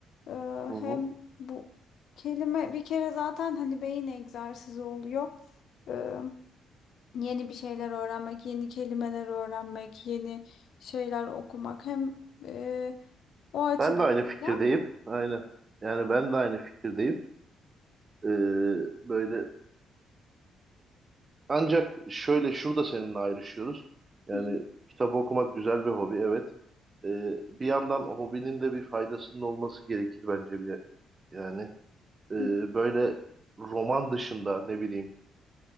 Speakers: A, on the left; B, on the right.
A: E,
B: Hı hı.
A: hem bu kelime bir kere zaten hani beyin egzersizi oluyor. E, yeni bir şeyler öğrenmek, yeni kelimeler öğrenmek, yeni şeyler okumak hem e, o açıdan
B: Ben de aynı fikirdeyim.
A: da
B: Aynen. Yani ben de aynı fikirdeyim. Ee, böyle ancak şöyle şurada seninle ayrışıyoruz. Yani
A: Hı
B: kitap okumak güzel bir hobi evet. Ee, bir yandan hobinin de bir faydasının olması gerekir bence bile. Yani e,
A: hı.
B: böyle roman dışında ne bileyim